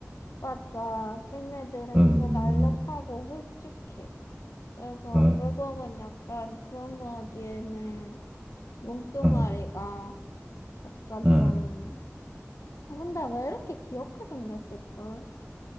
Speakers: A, on the left; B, on the right.
A: 맞아. 걔네들은
B: 음,
A: 더 날렵하고 홀쭉해. 그래서
B: 음,
A: 물범은 약간 그런 거 하기에는 몸뚱아리가
B: 음,
A: 약간
B: 음.
A: 좀, 아, 근데 왜 이렇게 귀엽게 생겼을까?